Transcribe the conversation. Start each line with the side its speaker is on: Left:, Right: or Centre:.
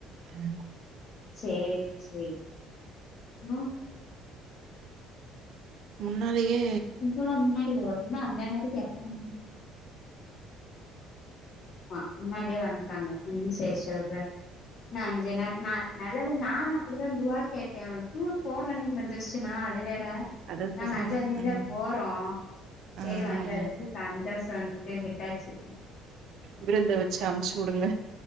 Right: ம்
Left: சேர் சேர் ம
Right: முன்னாலயே
Left: இ சோ நா முன்னாடி வர்னா அஞ்சாந் தேதி கேப்பாங்க ஆ முன்னாடியே வன்ட்டாங்க என்ன செய்ய சொல்ற நா அஞ்சு நா நா நல்லது நானு அப்படிதா துவா கேட்ட அவ டூர் போற அன்னிக்கி வந்துருச் சுனா அது வேற
Right: அத
Left: நாங்க
Right: சொல்லுங்க
Left: அஞ்சா தேதி
Right: ம்
Left: தா போறோ
Right: ஆ
Left: சேரி வந்தவரிக்கு
Right: ஆமா
Left: சந்தோஷன் சேரி விட்டாச்சு
Right: விருந்து வெச்சு அம்ச்சி உடுங்க